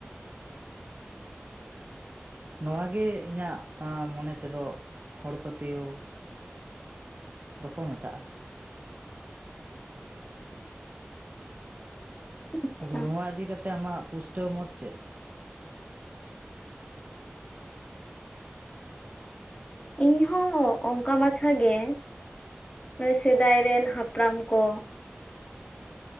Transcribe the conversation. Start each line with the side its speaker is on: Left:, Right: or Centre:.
Right: ᱱᱚᱶᱟ ᱜᱮ ᱤᱧᱟᱹᱜ ᱢᱚᱱᱮ ᱛᱮᱫᱚ ᱦᱚᱲ ᱯᱟᱹᱛᱭᱟᱹᱣ ᱫᱚᱠᱚ ᱢᱮᱛᱟᱜᱼᱟ
Left: ᱟᱪᱪᱷᱟ
Right: ᱟᱫᱚ ᱱᱚᱣᱟ ᱤᱫᱤ ᱠᱟᱛᱮ ᱟᱢᱟᱜ ᱯᱩᱥᱴᱟᱹᱣ ᱢᱚᱛ ᱪᱮᱫ
Left: ᱤᱧ ᱦᱚᱸ ᱚᱱᱠᱟ ᱢᱟᱪᱷᱟ ᱜᱮ ᱥᱮᱫᱟᱭ ᱨᱮᱱ ᱦᱟᱯᱲᱟᱢ ᱠᱚ